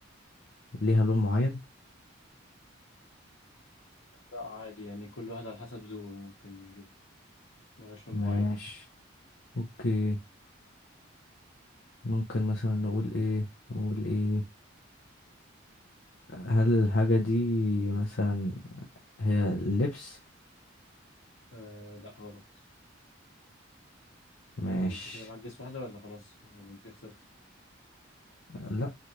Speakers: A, on the left (about 60°); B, on the left (about 80°).
A: ليها لون معين
B: لا عادي يعني كل واحد على حسب ذوقه ممكن يجيبها ملهاش لون
A: ماشي
B: معين يعني
A: اوكي ممكن مثلا نقول ايه نقول ايه هل الحاجة دي مثلا هي لبس
B: آه لا غلط
A: ماشي
B: آه انت كده معاك جس واحدة ولا خلاص ولا انت كده خسرت
A: لا